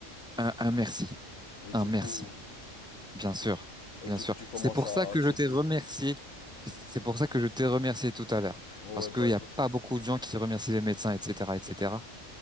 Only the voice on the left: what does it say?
Et
du
coup,
et du et
du
coup, tu commences
à
accepter.
Ouais,
bah
écoute,